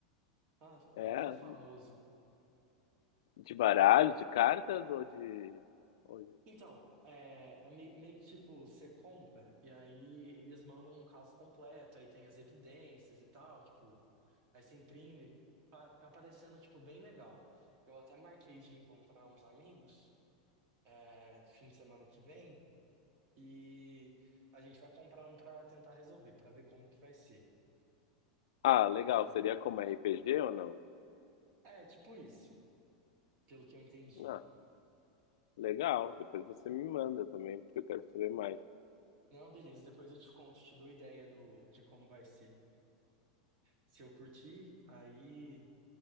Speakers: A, on the right; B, on the left.
A: tá?
B: É,
A: Até famoso.
B: de baralho, de cartas ou de... ou de-
A: Então, é, é mei- meio, que tipo, você compra e aí eles mandam um caso completo, aí tem as evidências e tal, tipo, aí você imprime, pa- tá, parecendo, tipo, bem legal. Eu até marquei de encontrar uns amigos, é, fim de semana que vem, e a gente vai comprar um pra tentar resolver, pra ver como que vai ser.
B: Ah, legal.
A: Aí,
B: Seria como RPG ou não?
A: é, tipo isso. pelo que eu entendi.
B: Ah, Legal, depois você me manda também, porque eu quero saber mais.
A: Não, beleza, depois eu te conto, te dou ideia do, de como vai ser. Se eu curtir, aí